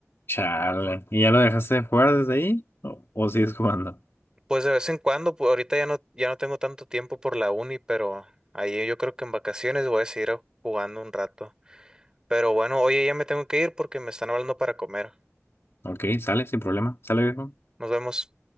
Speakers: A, on the left (about 55°); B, on the right (about 15°).
A: Chale. ¿Y ya lo dejaste de jugar desde ahí? ¿O, o sigues jugando?
B: Pues de vez en cuando, pues ahorita ya no, ya no tengo tanto tiempo por la uni, pero ahí yo creo que en vacaciones voy a seguir jugando un rato. Pero bueno, oye, ya me tengo que ir porque me están hablando para comer.
A: Ok, sale, sin problema. Sale, viejo.
B: Nos vemos.